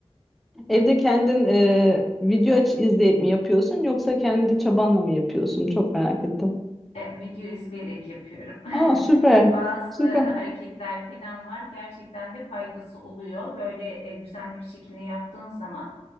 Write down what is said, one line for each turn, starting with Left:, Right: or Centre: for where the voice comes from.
Centre: Evde kendin e, video aç izleyip mi yapıyorsun yoksa kendi çabanla mı yapıyorsun? Çok merak ettim.
Left: E, video izleyerek yapıyorum.
Centre: Aa süper.
Left: <laughs> Bazı
Centre: Süper.
Left: hareketler falan var. Gerçekten de faydası oluyor. Böyle e, düzenli bir şekilde yaptığın zaman.